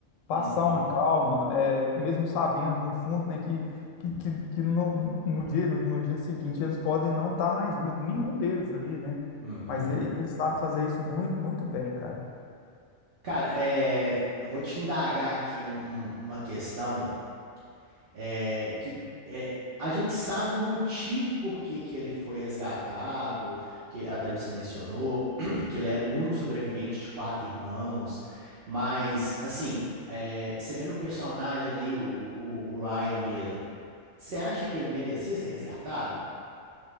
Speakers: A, on the left; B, on the right.
A: Passar
B: Uhum,
A: uma calma, é, mesmo sabendo no fundo, né, que, que, que, que no, no dia, no, no dia seguinte eles podem não estar mais vivos, nenhum deles ali, né?
B: uhum.
A: Mas ele, ele sabe fazer isso muito, muito bem, cara.
B: Cara, é, eu vou te indagar aqui um- um- uma questão é, que é, a gente sabe o motivo por que que ele foi resgatado, que até você mencionou <clears throat> que ele era o único sobrevivente de quatro irmãos, mas assim, é, você vê no personagem ali, o, o- o Ryan mesmo, você acha que ele merecia ser resgatado?